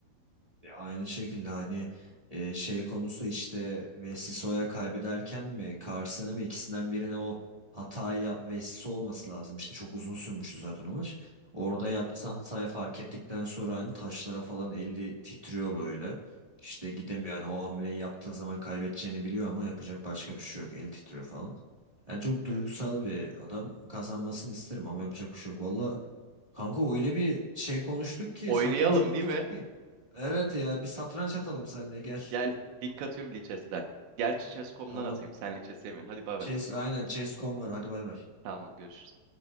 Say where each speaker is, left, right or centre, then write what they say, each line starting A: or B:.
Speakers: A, on the right; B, on the right.
A: Ya aynı şekilde hani e, şey konusu işte Vessisso'ya kaybederken mi Carson'ı mı ikisinden birine o hatayı yap Vessiso olması lazım. İşte çok uzun sürmüştü zaten o maç. Orada yaptığı hatayı fark ettikten sonra hani taşlara falan eli titriyor böyle. İşte gidemiyor hani o hamleyi yaptığı zaman kaybedeceğini biliyor ama yapacak başka bir şey yok. Eli titriyor falan. Yani çok
B: Evet.
A: duygusal bir adam kazanmasını isterim ama yapacak bir şey yok. Valla Kanka öyle bir şey konuştuk ki
B: Oynayalım
A: satranç konuştuk
B: değil mi?
A: ki. Evet ya bir satranç atalım seninle gel.
B: Gel link atıyorum Lichess'ten. Gerçi Chess.com'dan
A: Tamam.
B: atayım. Sen Lichess yemiyorsun. Hadi bay bay.
A: Chess aynen Chess.com var hadi bay bay.
B: Tamam görüşürüz.